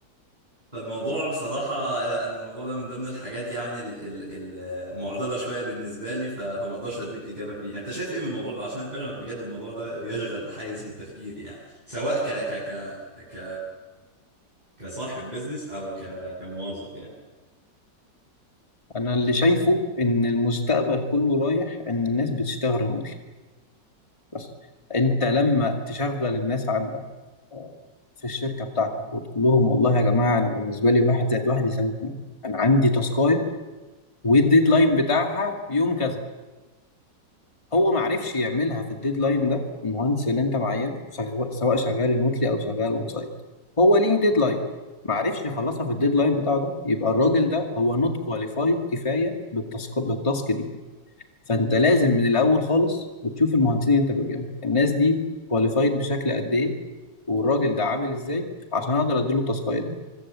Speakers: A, on the right; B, on the left.
A: فالموضوع بصراحة لا، الموضوع ده من ضمن الحاجات يعني ال- ال- المعضلة شوية بالنسبة لي ف- فما اقدرش اديك إجابة فيها انت شايف ايه من الموضوع ده عشان فعلا بجد الموضوع ده يشغل حيز من تفكيري يعني سواء ك ك ك ك كصاحب بيزنس او ك كموظف يعني
B: انا اللي شايفه ان المستقبل كله رايح ان الناس بتشتغل ريموتلي بس انت لما تشغل الناس عندك آه، في الشركه بتاعتك وتقول لهم والله يا جماعه انا بالنسبه لي واحد زائد واحد يساوي اتنين انا عندي تاسكايه والديدلاين بتاعها يوم كذا هو ما عرفش يعملها في الديدلاين ده المهندس اللي انت معينه سواء سواء شغال ريموتلي او شغال اون سايت هو ليه ديدلاين ما عرفش يخلصها في الديدلاين بتاعه ده يبقى الراجل ده هو نوت كواليفايد كفايه بالتاسك بالتاسك دي فانت لازم من الاول خالص بتشوف المهندسين اللي انت بتجيبهم الناس دي كواليفايد بشكل قد ايه والراجل ده عامل ازاي عشان اقدر اديله التاسكايه دي